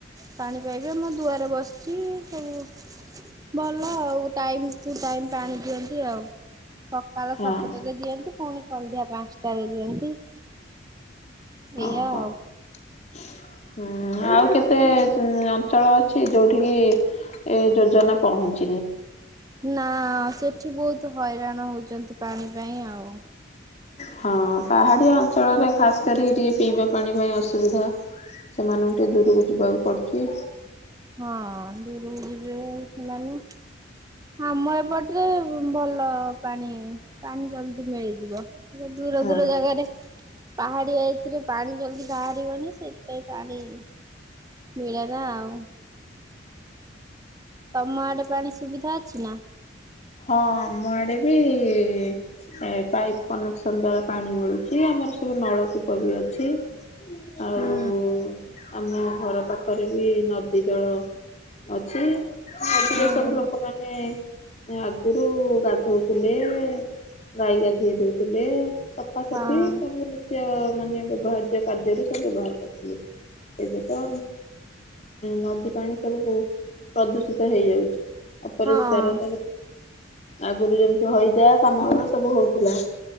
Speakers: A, on the right; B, on the left.
A: ପାଣି ପାଇପି ଆମ ଦୁଆରେ ବସିଚି ଇ। ଉ ଭଲ ଆଉ ଟାଇମ୍ ଟୁ ଟାଇମ୍ ପାଣି ଦିଅନ୍ତି ଆଉ। ସକାଳ
B: ହଁ
A: ସାତଟାରେ ଦିଅନ୍ତି ପୁଣି ସନ୍ଧ୍ୟା ପାଞ୍ଚ ଟାରେ ଦିଅନ୍ତି। ଏଇଆ
B: ଓହୋ
A: ଆଉ।
B: ହୁଁ ଆଉ କେତେ ହୁଁ ଲ ଚଳଳ ଅଛି ଯେଉଁଠିକି ଏ ଯୋଜନା ପହଞ୍ଚି
A: ନା ସେଠି ବହୁତ ହଇରାଣ ହଉଚନ୍ତି ପାଣି ପାଇଁ ଆଉ।
B: ହଁ। ପାହାଡ଼ିଆ ଅଞ୍ଚଳରେ ଖାସ୍ କରି ଟିକେ ପିଇବା ପାଣି ପାଇଁ ଅସୁବିଧା ସେମାନଙ୍କୁ ଟିକେ ଦୂରକୁ ଯିବାକୁ ପଡ଼ୁଚି।
A: ହଁ ଦୂରକୁ ଯିବେ ସେମାନେ ଆମ ଏପଟରେ ଭଲ ପାଣି ପାଣି ଜଲଦି ମିଳିଯିବ ଦୂର
B: ହଁ।
A: ଦୂର ଜାଗାରେ ପାହାଡିଆ ଏଥିରେ ପାଣି ଜଲଦି ବାହାରିବନି ସେଥିପାଇଁ ପାଣି ମିଳେନା ଆଉ ତମ ଆଡେ ପାଣି ସୁବିଧା ଅଛି ନା
B: ହଁ ଆମ ଆଡେ ବି ଏ ପାଇପ କନେକ୍ସନ ଦ୍ଵାରା ପାଣି ମିଳୁଛି ଆମର ସବୁ ନଳକୂପ ବି ଅଛି ଆଉ
A: ହୁଁ
B: ଆମ ଘର ପାଖରେ ବି ନଦୀ ଜଳ ଅଛି ମଜିରେ
A: ହଁ
B: ସବୁ ଲୋକମାନୋନେ ଆଗରୁ ଗଧାଉ ଥିଲେ ଗାଈ ଗାଧେଇ ଦଉଥିଲେ ସଫାସଫି
A: ହଁ
B: ତାବୁ ନି ମାନେ ବାହାଘର କାର୍ଯ୍ୟରେ ସବୁ ବାହାର କରିଥିଲେ ଏବେ ତ ନଦୀ ପାଣି ସବୁ ପ୍ରଦୂଷିତ ହେଇଯାଉଛି ଅପରିଷ୍କାରତା
A: ହଁ ହଁ
B: ଆଗରୁ ଯେମତି ହଇଜା କାମଳ ସବୁ ହଉଥିଲା